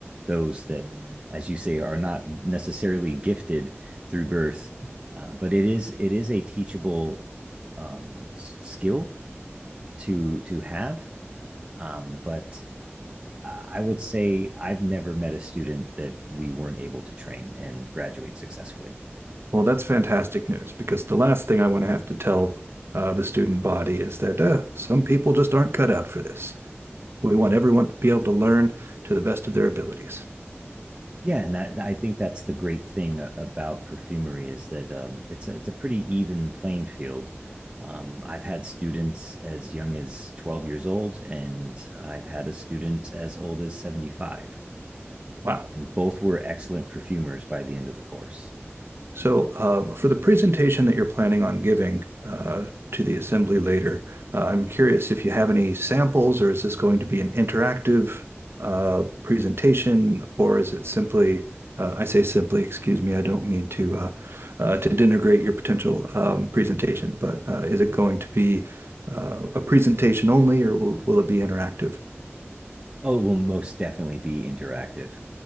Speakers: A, on the right (about 25°); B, on the right (about 60°).
A: those that, as you say, are not necessarily gifted through birth. Um, but it is it is a teachable um, skill to to have. Um, but I would say I've never met a student that we weren't able to train and graduate successfully.
B: Well, that's fantastic news because the last thing I want to have to tell uh, the student body is that uh, some people just aren't cut out for this. We want everyone to be able to learn to the best of their abilities.
A: Yeah, and that I think that's the great thing about perfumery is that um, it's a, it's a pretty even playing field. Um, I've had students as young as 12 years old, and I've had a student as old as 75.
B: Wow.
A: and both were excellent perfumers by the end of the course.
B: So uh, for the presentation that you're planning on giving uh, to the assembly later, uh, I'm curious if you have any samples or is this going to be an interactive uh, presentation or is it simply, uh, I say simply, excuse me, I don't mean to uh, uh, to denigrate your potential um, presentation, but uh, is it going to be uh, a presentation only or will, will it be interactive?
A: Oh, it will most definitely be interactive.